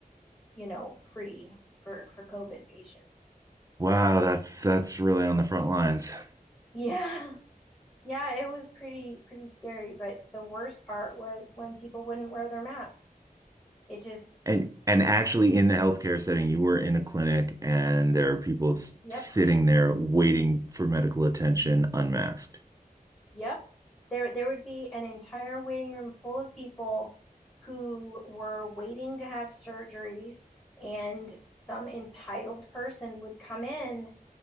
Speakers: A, on the left (about 25°); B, on the right (about 20°).
A: you know, free for for COVID patients.
B: Wow, that's that's really on the front lines.
A: <laughs> Yeah. Yeah, it was pretty pretty scary, but the worst part was when people wouldn't wear their masks. It just,
B: And and actually in the healthcare setting, you were in a clinic and there are people s-
A: yep,
B: sitting there waiting for medical attention unmasked.
A: yep. There there would be an entire waiting room full of people who were waiting to have surgeries, and some entitled person would come in